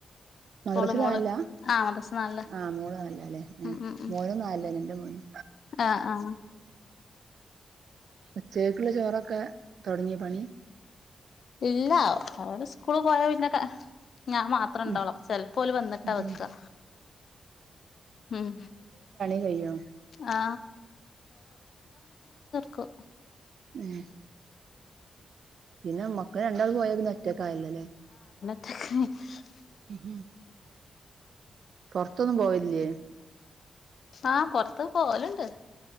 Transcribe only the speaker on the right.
മദ്രസില്
നാലില
ആഹ് മോള് നാലിലാല്ലേ ഏഹ്
മോനും നാലിലെന്നെ ഇന്റെ മോനും
ഉച്ചേക്കുള്ള ചോറക്കെ തെടങ്ങിയോ പണി
ഉം
ഉം
കെയ്യോ
ഉം പിന്നെ മ ക്ക് രണ്ടാളു പോയ പിന്നെ ഒറ്റക്ക് ആയില്ലല്ലേ.
ഉം പൊറത്തൊന്നും പോവില്ലേ?